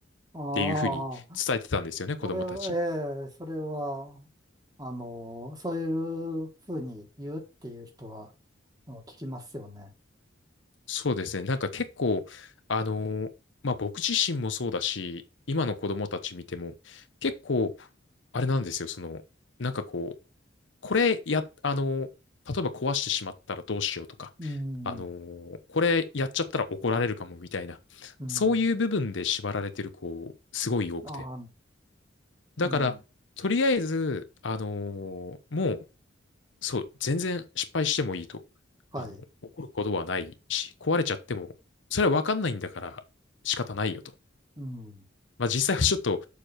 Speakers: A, on the right; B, on the left.
A: あ
B: ていうふうに伝えてたんですよね、
A: あ、
B: 子供たちに。
A: それは、ええ、それは、あの、そういうふうに言うっていう人は、あの聞きますよね。
B: そうですね。なんか結構、あのーまあ僕自身もそうだし、今の子供たち見ても、結構、あれなんですよ、その、なんかこう、これや、あのー例えば壊してしまったらどうしようとか、
A: うん、
B: あのーこれやっちゃったら怒られるかもみたいな、
A: うん、
B: そういう部分で縛られてる子、すごい多くて。
A: ああ、
B: だから、
A: うん、
B: とりあえず、あのーもう、そう、全然失敗してもいいと。
A: はい、
B: あの、怒ることはないし、壊れちゃっても、それはわかんないんだから仕方ないよと。
A: うん、
B: まあ実際はちょっと、